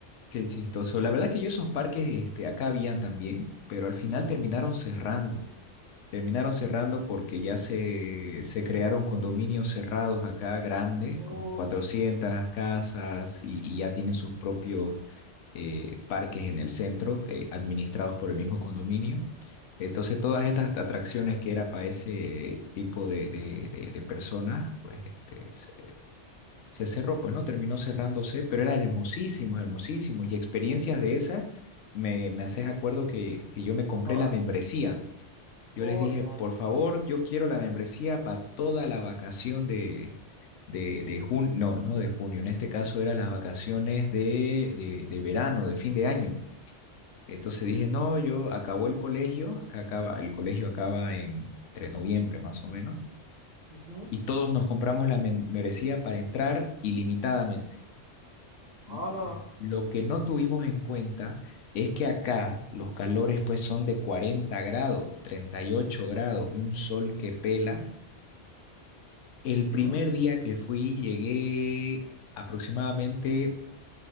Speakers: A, on the left; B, on the right.
A: Qué chistoso. La verdad que yo esos parques, este, acá habían también, pero al final terminaron cerrando. Terminaron cerrando porque ya se, se crearon condominios cerrados acá grandes,
B: Oh,
A: con 400 casas y, y ya tienen sus propios eh, parques en el centro, eh, administrados por el mismo condominio. Entonces, todas estas atracciones que era para ese tipo de, de, de- de personas, pues este, se, se cerró, pues no terminó cerrándose, pero eran hermosísimos, hermosísimos. Y experiencias de esas, me, me haces acuerdo que, que yo me compré
B: ajá,
A: la membresía yo
B: oh,
A: les dije,
B: ya.
A: por favor, yo quiero la membresía para toda la vacación de, de, de junio, no, no de junio, en este caso eran las vacaciones de, de, de verano, de fin de año. Entonces dije, no, yo acabó el colegio, acá acaba, el colegio acaba en, entre noviembre más o menos,
B: Ujú.
A: y todos nos compramos la men- membresía para entrar ilimitadamente.
B: Hola.
A: No, pues, lo que no tuvimos en cuenta es que acá los calores pues son de 40 grados, 38 grados, un sol que pela El
B: Ujú.
A: primer día que fui llegué aproximadamente